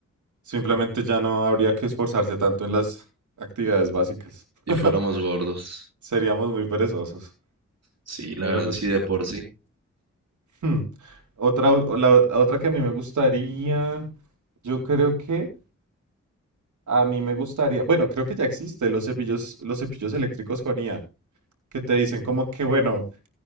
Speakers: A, on the right; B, on the right.
A: Simplemente ya no habría que esforzarse tanto en las actividades básicas.
B: y
A: <laughs>
B: fuéramos gordos.
A: Seríamos muy perezosos.
B: Sí,
A: Mira,
B: la verdad,
A: pues,
B: sí, de por sí.
A: hmm, Otra, la, otra que a mí me gustaría, yo creo que A mí me gustaría, bueno, creo que ya existe los cepillos, los cepillos eléctricos con IA, que te dicen como que, bueno,